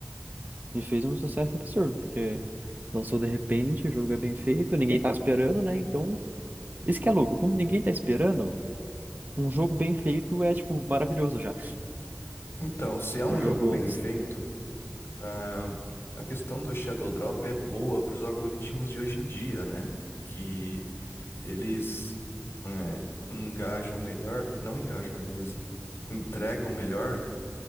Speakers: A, on the right; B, on the left.
A: E fez um sucesso absurdo, porque lançou de repente, o jogo é bem feito, ninguém tá esperando, né? Então, isso que é louco, como ninguém tá esperando, um jogo bem feito é, tipo, maravilhoso já.
B: Então, se é um
A: Um jogo
B: jogo bem
A: só
B: feito, ah, a questão do Shadow Drop é boa para os algoritmos de hoje em dia, né? Que eles eh, engajam melhor, não engajam melhor, eles entregam melhor